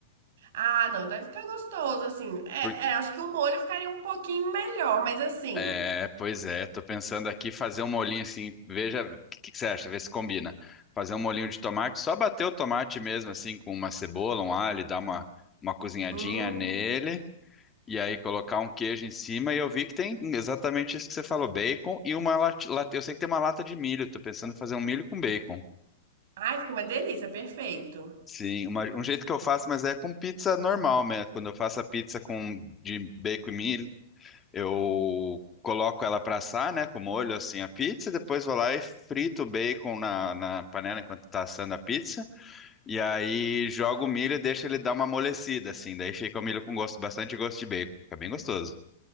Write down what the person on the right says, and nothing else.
Ah, não, deve ficar gostoso assim. É,
é, acho que o molho ficaria um pouquinho melhor, mas assim,
hum,
ai, fica uma delícia, perfeito.